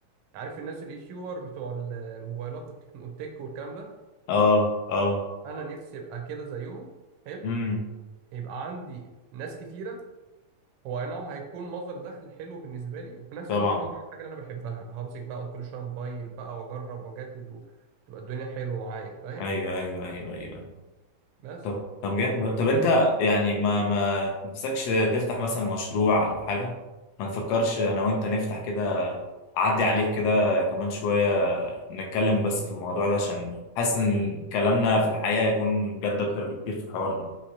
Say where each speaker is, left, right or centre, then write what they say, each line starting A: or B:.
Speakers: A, on the right; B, on the left.
A: عارف الناس اليوتيوبر بتوع ال- الموبايلات والتك والتك والكلام ده
B: اه اه
A: أنا نفسي أبقى كده زيهم حلو
B: امم
A: يبقى عندي ناس كتيرة هو أي نعم هيكون مصدر دخل حلو بالنسبة لي وفي نفس
B: طبعا
A: الوقت هكون بعمل حاجة اللي أنا بحبها اللي همسك بقى كل شوية موبايل بقى وأجرب وأجدد وتبقى الدنيا حلوة معايا فاهم
B: ايوه ايوه ايوه ايوه
A: بس
B: طب طب جامد طب انت يعني ما ما تنفسكش تفتح مثلا مشروع او حاجه ما نفكرش انا وانت نفتح كده اعدي عليك كده كمان شويه نتكلم بس في الموضوع ده عشان حاسس ان كلامنا في الحقيقه هيكون جد اكتر بكتير في الحوار ده